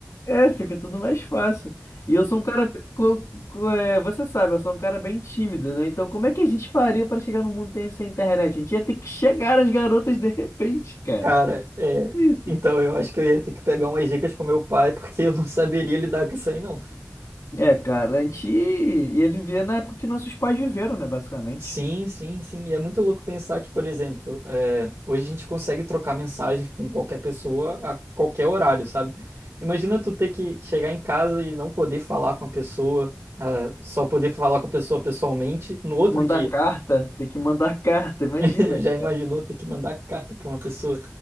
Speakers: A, on the left; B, on the right.
A: é, fica tudo mais fácil. E eu sou um cara, bem- co- co- é, você sabe, eu sou um cara bem tímido, né? Então, como é que a gente faria para chegar no mundo sem sem internet? A gente ia ter que chegar às garotas de repente, cara.
B: Cara, é.
A: É Isso.
B: Então eu acho que eu ia ter que pegar umas dicas com meu pai, porque eu não saberia lidar com isso aí, não.
A: É, cara, a gente ia viver na época que nossos pais viveram, né, basicamente.
B: Sim, sim, sim. E é muito louco pensar que, por exemplo, eh, hoje a gente consegue trocar mensagens com qualquer pessoa a qualquer horário, sabe? Imagina tu ter que chegar em casa e não poder falar com a pessoa, ah, só poder falar com a pessoa pessoalmente no outro
A: Mandar
B: dia.
A: carta, ter que mandar <laughs> carta, imagina,
B: <laughs> Já
A: cara.
B: imaginou ter que mandar carta para uma pessoa?